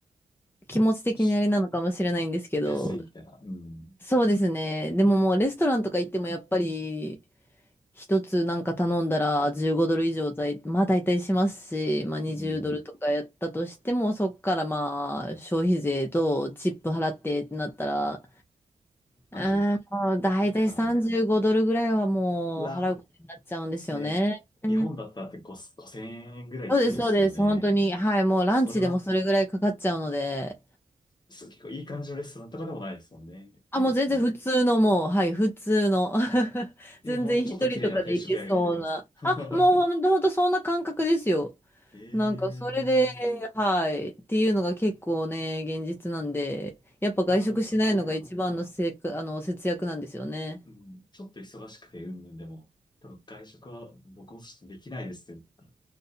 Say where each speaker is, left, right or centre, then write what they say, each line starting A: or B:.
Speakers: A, on the left (about 15°); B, on the left (about 35°).
A: 気持ち的にあれなのかもしれないんですけど。
B: し安いみたいな。うん、
A: そうですね。でももうレストランとか行ってもやっぱり一つなんか頼んだら15ドル以上だい、まあ大体しますし、まあ20ドルとかやったとしてもそっからまあ消費税とチップ払ってってなったら、
B: うん、30いくかな、
A: うーん、もう大体35ドルぐらいはもう払うことになっちゃうんですよね。
B: みたいな。うわ、ですね。
A: うん
B: 日本だったらって5 5000円ぐらいってことですもんね。
A: そうです、そうです。本当に。はい、もうランチでもそれぐらいかかっちゃうので。
B: それはそう、結構いい感じのレストランとかでもないですもんね。
A: あ、もう全然普通のもう、
B: 別に。
A: はい、普通の。<laughs>
B: でほんのちょっと綺麗な定食屋みたいな感じです。
A: 全然一人とかで行けそうな。
B: <laughs>
A: あ、もうほんと、ほんとそんな感覚ですよ。
B: ええ
A: なんかそれで、はい、っていうのが結構ね、現実なんで、やっぱ外食しないのが一番のせい、
B: ー、これはやばいな。
A: あの、節約なんですよね。
B: うん、ちょっと忙しくて、うんぬんでも、多分外食は僕もちょっとできないですって。